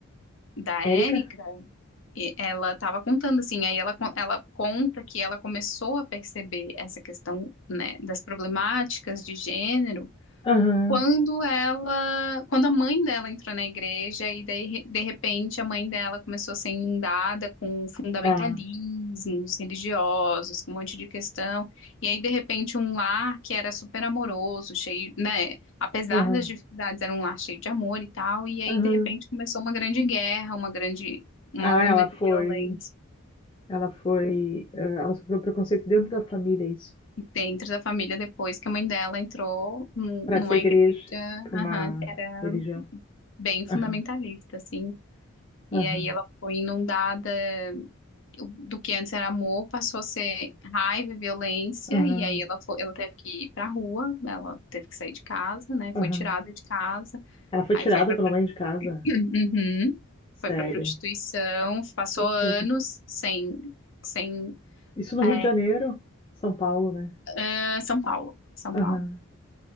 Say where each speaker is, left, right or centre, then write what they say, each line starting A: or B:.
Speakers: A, on the left (about 60°); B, on the left (about 25°).
A: da
B: É.
A: Érica,
B: Érica?
A: E ela estava contando assim, aí ela, con- ela conta que ela começou a perceber essa questão, né, das problemáticas de gênero
B: Aham.
A: quando ela, quando a mãe dela entrou na igreja e daí, de repente a mãe dela começou a ser inundada com fundamentalismos
B: Ah.
A: religiosos, com um monte de questão, e aí de repente um lar que era super amoroso, cheio, né, apesar
B: Aham.
A: das dificuldades, era um lar cheio de amor e tal, e aí
B: Aham.
A: de repente começou uma grande guerra, uma grande, uma
B: Ah,
A: onda
B: ela
A: de
B: foi.
A: violência
B: Ela foi. eh, Ela sofreu preconceito dentro da família, isso.
A: dentro da família depois que a mãe dela entrou num-
B: Para
A: numa
B: essa igreja,
A: igreja,
B: para
A: aham,
B: uma
A: que era
B: religião.
A: bem fundamentalista,
B: Aham.
A: assim,
B: Aham.
A: E aí ela foi inundada do do que antes era amor, passou a ser raiva e violência,
B: Aham.
A: e aí ela foi, ela teve que ir pra rua, ela teve que sair de casa, né?
B: Aham.
A: Foi tirada de casa,
B: Ela foi
A: aí
B: tirada
A: foi pra,
B: pela
A: pro-
B: mãe
A: <clears throat>
B: de casa.
A: Uhum,
B: Sério.
A: foi pra prostituição, passou
B: Puxa
A: anos
B: vida.
A: sem, sem,
B: Isso no
A: é,
B: Rio de Janeiro? São Paulo, né?
A: ah, São Paulo, São Paulo.
B: Aham,